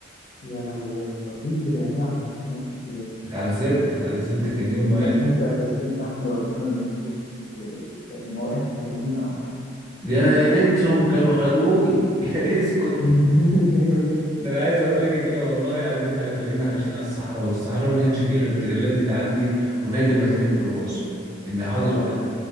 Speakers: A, on the left (about 45°); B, on the right (about 20°).
A: يا لهوي يا اسطى ليه كده ليه عملت في نفسك كده يا اسطى
B: اتعذبت اتعذبت كان يوم ما
A: بس انت بس انت احمد ربنا ان مفيش ما وقعتش في كمين او حاجة
B: دي انا يا ريتهم كانوا خدوني <laughs> يا ريت اسكت
A: <laughs>
B: ده انا عايز اقول لك ان انا والله عديت على كمين واحنا ماشيين على الصحراء والصحراء ما كانش فيه غير تريلات بتعدي ونادر ما تلاقي ميكروباص ان حاضر
A: اه